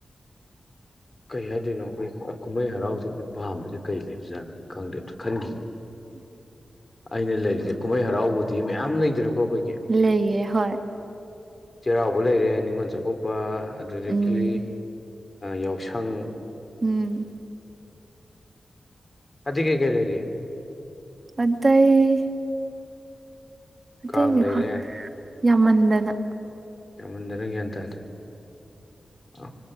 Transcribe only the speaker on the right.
ꯂꯩꯌꯦ ꯍꯣꯏ
ꯎꯝ
ꯎꯝ
ꯑꯗꯨꯠꯇ ꯑꯩ ꯑꯇꯩꯗꯤ
ꯈꯪ ꯌꯥꯝꯃꯟꯗꯅ